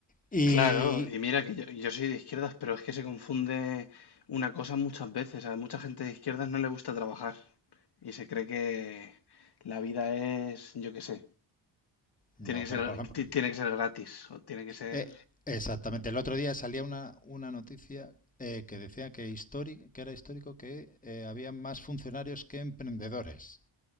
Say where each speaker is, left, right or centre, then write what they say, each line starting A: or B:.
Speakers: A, on the left; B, on the left.
A: Y.
B: Claro, y mira que yo, yo soy de izquierdas, pero es que se confunde una cosa muchas veces. A mucha gente de izquierdas no le gusta trabajar y se cree que la vida es, yo qué sé,
A: No,
B: tiene que ser,
A: pero por ejemplo.
B: ti- tiene que ser gratis o tiene que ser
A: Eh, exactamente. El otro día salía una, una noticia eh, que decía que, histori- que era histórico que eh, había más funcionarios que emprendedores.